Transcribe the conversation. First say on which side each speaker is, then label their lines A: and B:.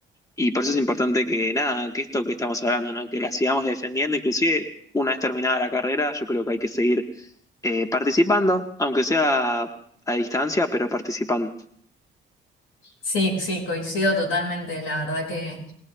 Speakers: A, on the left; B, on the left.
A: Y por eso es importante que nada, que esto que estamos hablando, ¿no? Que la sigamos defendiendo, inclusive una vez terminada la carrera, yo creo que hay que seguir eh, participando, aunque sea a distancia, pero participando.
B: Sí, sí, coincido totalmente, la verdad que...